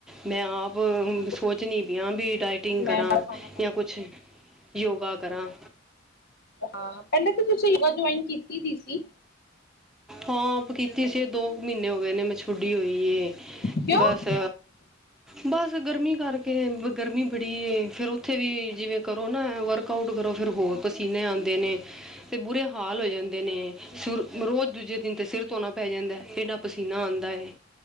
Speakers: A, in the centre; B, on the left.
A: ਮੈਂ ਆਪ
B: ਹਾਂ
A: ਸੋਚਨੀ ਪਈ ਵੀ ਡਾਈਟਿੰਗ
B: ਮੈਂ
A: ਕਰਾਂ।
B: ਹਾਂ
A: ਜਾਂ ਕੁਛ ਯੋਗਾ ਕਰਾਂ।
B: ਹਾਂ। ਪਹਿਲੇ ਤਾਂ ਤੁਸੀਂ ਜੁਆਇਨ ਕੀਤੀ ਦੀ ਸੀ।
A: ਹਾਂ। ਕੀਤੀ ਸੀ ਦੋ ਕੁ ਮਹੀਨੇ ਹੋ ਗਏ ਨੇ ਮੈਂ ਛੁਟੀ ਹੋਈ ਏ
B: ਕਿਉਂ?
A: ਬਸ। ਬਸ ਗਰਮੀ ਕਰਕੇ, ਗਰਮੀ ਬੜੀ ਏ ਫੇਰ ਉੱਥੇ ਵੀ ਜਿਵੇਂ ਕਰੋ ਨਾ ਅ ਵਰਕ ਆਊਟ ਕਰੋ। ਫਿਰ ਹੋਰ ਪਸੀਨੇ ਆਉਂਦੇ ਨੇ। ਤੇ ਬੁਰੇ ਹਾਲ ਹੋ ਜਾਂਦੇ ਨੇ। ਸੁਰ ਰੋਜ਼ ਦੂਜੇ ਦਿਨ ਤੇ ਸਿਰ ਧੋਣਾ ਪੈ ਜਾਂਦਾ ਇੰਨਾ ਪਸੀਨਾ ਆਉਂਦਾ ਏ।